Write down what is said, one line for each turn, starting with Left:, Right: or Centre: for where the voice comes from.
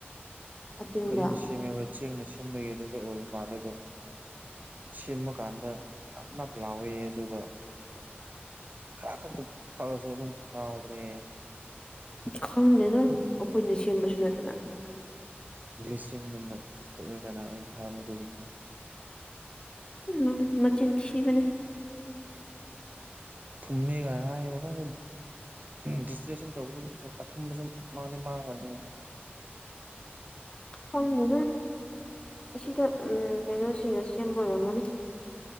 Left: ꯑꯇꯤꯡꯕ
Right: ꯀꯔꯤꯅ ꯁꯦꯝꯃꯦꯕ꯭ꯔꯥ ꯆꯦꯡꯅ ꯁꯦꯝꯕꯒꯤ ꯑꯗꯨꯁꯨ ꯑꯣꯏꯕ ꯃꯥꯜꯂꯦ ꯑꯗꯣ ꯁꯤꯃꯀꯥꯟꯗꯞꯅ ꯄꯂꯑꯣ ꯑꯗꯨꯒ ꯈꯔ ꯈꯛꯇ ꯊꯛꯑꯁꯨ ꯑꯗꯨꯝ ꯉꯥꯎꯕꯅꯦ
Left: ꯈꯪꯗꯦꯅ ꯑꯩꯈꯣꯏꯅ ꯁꯦꯝꯕꯁꯨ ꯅꯠꯇꯅ
Right: ꯂꯤꯁꯟꯒꯨꯝꯅ ꯊꯣꯛꯑꯦ ꯀꯅꯥꯅ ꯍꯥꯏꯕ ꯑꯗꯨꯒꯤꯇ
Left: ꯎꯝ ꯃꯆꯤꯟ ꯁꯤꯕꯅꯦ
Right: ꯊꯨꯝꯃꯤꯒꯕ ꯗꯤꯖꯤꯇꯂꯦꯁꯟ ꯇꯧꯕꯗꯗꯤ ꯑꯊꯨꯝꯕꯁꯨ ꯃꯥꯡꯅꯤ ꯃꯥꯡꯒꯅꯤ
Left: ꯍꯪ ꯃꯦꯗꯥꯝ ꯑꯁꯤꯗ ꯎ ꯀꯩꯅꯣꯁꯤꯅ ꯁꯦꯝꯕ ꯑꯣꯏꯔꯝꯃꯣꯅꯦ